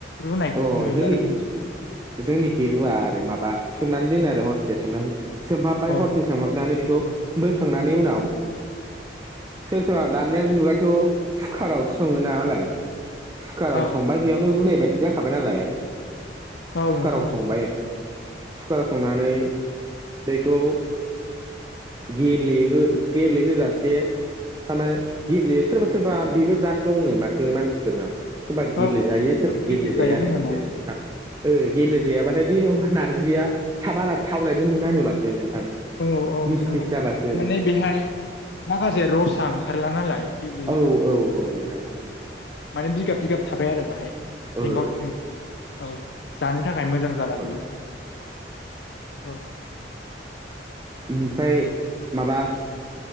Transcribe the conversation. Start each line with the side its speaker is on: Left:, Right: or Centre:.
Left: रुनायखौसो
Right: अ
Left: नुयो
Right: जोंनिखि
Left: आरो जोंनिथिं
Right: जोंनिखि रुवा आरो माबा सोमनानै दोनो आरो हरसे सोमनानै सोमहाबबाय
Left: औ
Right: हरसे सोमहाबनानै बेखौ बोखांनानै उनाव सोर सोरबा दानिया जुगा थ' कुकार आवसो सङो नालाय कुकाराव
Left: औ
Right: संबाय बेयावनो रुनाय बायदि जाखाबाय नालाय
Left: औ
Right: कुकाराव
Left: नोंथां औ
Right: संबाय कुकाराव संनानै बेखौ गेब्लेहो गेब्लेहोजासे थार माने गेब्ले सोरबा सोरबा बेबो जाद दंनो माथो मानसिफोरनाव सोरबा गेब्लेजायो
Left: औ सोरबा सोरबा
Right: सोर
Left: गेब्लेजाया
Right: गेब्लेजायानो
Left: होनो
Right: माथो
Left: ना
Right: नोंथां ओ गेब्लेजायाबाथाय बे नारजिया थाबा थावनायबो मोना होनो माथो नोंथां
Left: औ औ नोंथां
Right: मिस मिस
Left: औ
Right: जाबासो
Left: माने बेहाय माखासे रसा ओंखारला नालाय गेब्लेयैनि
Right: ओ ओमफ्राय औ
Left: थाखाय
Right: औ औ नोंथां
Left: माने बिगाब बिगाब थाबाय आरो बाहाय
Right: ओ
Left: जेंगाव जें औ जानो थाखाय मोजां जाला
Right: ओ
Left: बेयो औ
Right: ओमफ्राय माबा